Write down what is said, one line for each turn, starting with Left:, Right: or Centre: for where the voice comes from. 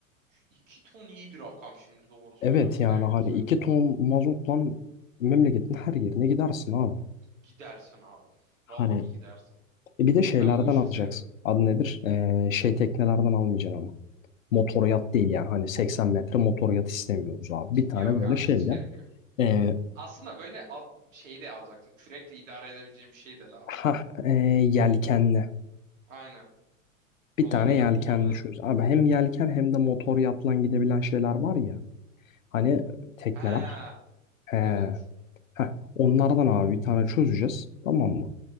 Right: İki ton iyi bir rakam şimdi doğru söylemek
Left: Evet yani
Right: gerekirse.
Left: hani iki ton mazotla memleketin her yerine gidersin abi.
Right: Gidersin abi.
Left: Hani
Right: Vallahi gidersin.
Left: E bir de şeylerden
Right: Ben bu işi
Left: alacaksın.
Right: sevdim.
Left: Adı nedir? Ee, şey teknelerden almayacaksın ama. Motor yat değil yani. Hani 80 metre motor yat istemiyoruz abi.
Right: <laughs>
Left: Bir tane
Right: Yok
Left: böyle
Right: abi
Left: şeyle.
Right: hiç gerek yok.
Left: Ee,
Right: Aslında böyle al- şey de alacaksın. Kürekle idare edebileceğin bir şey de lazım.
Left: ha e, yelkenli.
Right: Aynen.
Left: Bir
Right: Olabilir,
Left: tane yelkenli
Right: olabilir.
Left: şöyle. Abi hem yelken hem de motor yatla gidebilen şeyler var ya. Hani tekneler.
Right: Ha,
Left: He,
Right: evet.
Left: heh, onlardan abi bir tane çözeceğiz. Tamam mı?